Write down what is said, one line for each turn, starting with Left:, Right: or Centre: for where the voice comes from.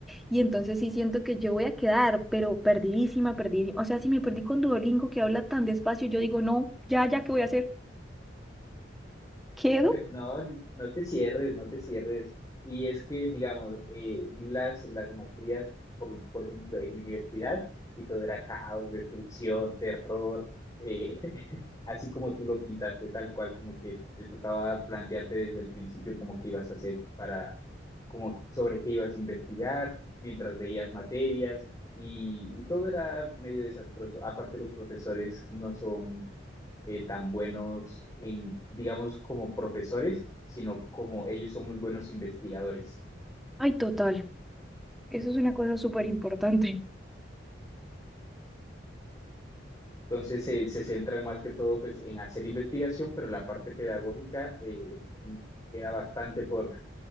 Centre: Y entonces sí siento que yo voy a quedar, pero perdidísima, perdidísima, o sea, si me perdí con Duolingo que habla tan despacio, yo digo, no, ya, ya, ¿qué voy a hacer? ¿Quedo?
Left: Pues no, no te cierres, no te cierres. Y es que, digamos, eh, vi las, las maestrías, por, por ejemplo, en mi universidad, y todo era caos, destrucción, terror, eh, <laughs> así como tú lo pintaste, tal cual, como que te tocaba plantearte desde el principio como que ibas a hacer para, como sobre qué ibas a investigar, mientras veías materias, y, y todo era medio desastroso. Aparte, los profesores no son eh, tan buenos, en, digamos, como profesores, sino como ellos son muy buenos investigadores.
Centre: Ay, total, eso es una cosa súper importante.
Left: Entonces se se centran más que todo pues, en hacer investigación, pero la parte pedagógica eh, queda bastante por,